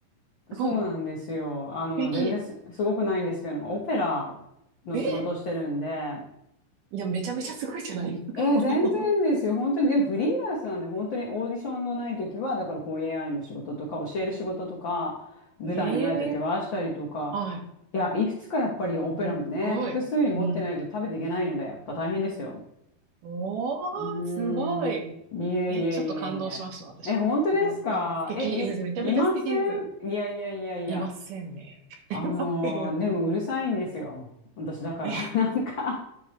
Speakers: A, on the right; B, on the left.
A: すごい。
B: そうなんですよ。
A: 素
B: あの、
A: 敵。
B: 全然す、すごくないんですけど、オペラの仕事をしてるんで、
A: えいや、めちゃめちゃすごいじゃないですか。
B: えー全然ですよ。
A: <laughs>
B: 本当に、でもフリーランスなんで、本当にオーディションのない時は、だからこう AI の仕事とか、教える仕事とか、舞台のない時はしたりとか、
A: ええはい。
B: いや、いくつかやっぱりオペラもね、
A: すっごい。
B: 複数に持ってないと食べていけないので、
A: うん。
B: やっぱ大変ですよ。
A: おー、
B: うーん、
A: すごい。
B: いえいえいえい
A: え、ちょっと感動しました、私は。
B: え。え、本当ですかえ、
A: すごい。え素敵。え、めちゃめちゃ素敵です。
B: い、いませんいやいやいやいや。
A: いませんね。<laughs>
B: あのーでもうるさいんですよ。
A: いませんよ。
B: 私だから。
A: ね
B: <laughs> なんか